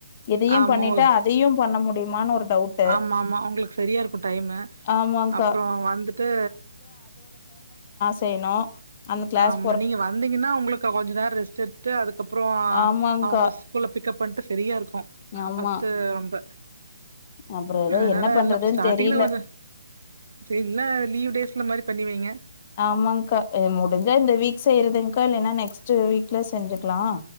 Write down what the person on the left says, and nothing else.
இதையு
பண்ணிட்டா அதையும் பண்ண முட் முடியுமானு ஒரு டவுட்டு
ஆமாங்க்கா
செய்ணு அந்த க்ளாஸ்
ஆமாங்க்கா
ஆமா
அப்புறோ எதோ
என்ன பண்றதுன்னு
தெரியல
ஆமாங்கா இது முடிஞ் த இந்த வீக் செய்றதுங்க்கா இல்லைனா நெக் க்ஸ்ட் வீக்ல செஞ்சிக்லா